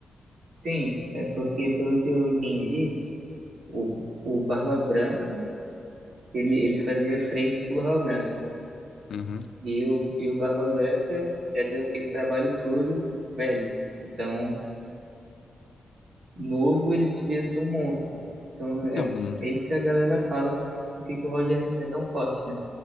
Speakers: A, on the right (about 70°); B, on the left (about 80°).
A: Sim, é porque pelo que eu entendi, o, o Barba Branca, ele, ele fazia frente pro Barba Branca.
B: Uhum.
A: E o, e o Barba Branca já deu aquele trabalho todo velho. Então, novo, ele devia ser um monstro. Então
B: Então,
A: é,
B: mano,
A: é isso que a galera fala, por que que o Roger é tão forte, né?